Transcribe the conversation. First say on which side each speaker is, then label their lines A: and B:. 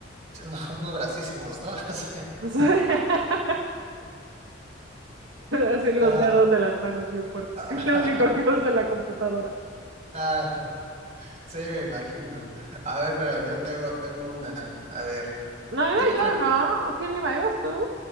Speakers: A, on the right; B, on the right.
A: Unos <laughs> unos bracísimos, ¿no? <laughs> Sí.
B: O sea, <laughs> así los
A: Ah,
B: dedos de las manos bien fuertes,
A: ah,
B: que es lo único que uso en la computadora.
A: <laughs> ah, sí, me imagino. A ver, pero yo tengo, tengo una. A ver,
B: No, iba
A: ¿tú qué pre-
B: yo, ¿no? ¿Quién iba? ¿Ibas tú?